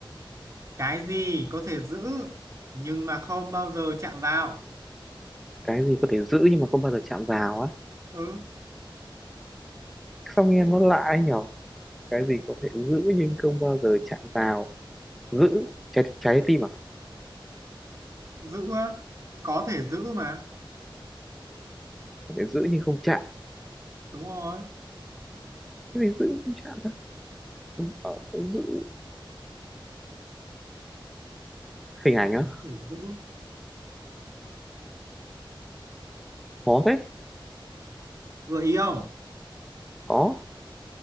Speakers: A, on the right (about 40°); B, in the centre.
A: Cái gì có thể giữ nhưng mà không bao giờ chạm vào?
B: Cái gì có thể giữ nhưng mà không bao giờ chạm vào á.
A: Ừ,
B: Sao nghe nó lạ ấy nhở? Cái gì có thể giữ nhưng không bao giờ chạm vào. Giữ trái trái tim à?
A: giữ á, có thể giữ mà,
B: Có thể giữ nhưng không chạm.
A: đúng rồi,
B: Cái gì giữ không chạm ta? Ừ, ờ, Giữ hình ảnh á?
A: có thể giữ.
B: Khó thế.
A: Gợi ý không?
B: Có.